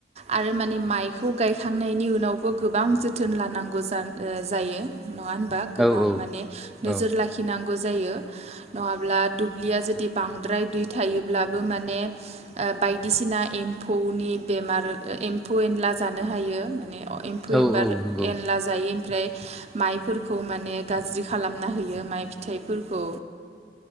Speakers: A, on the right; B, in the centre.
A: आरो माने माइखौ गायखांनायनि उनावबो गोबां जोथोन लानांगौ जान ओ जायो नंङा होनबा गोबां
B: औ औ
A: माने नोजोर
B: औ
A: लाखिनां गो जायो नङाब्ला दोब्लिया जोदि बांद्राय दै थायोब्लाबो माने ओ बाय दिसिना एम्फौनि बेमार एम्फौ एनला जानो हायो माने एम्फौ
B: औ
A: एम्बार
B: औ नंगौ
A: एनला जायो ओमफ्राय माइफोरखौ माने गाज्रि खालामना होयो माइ फिथाइफोरखौ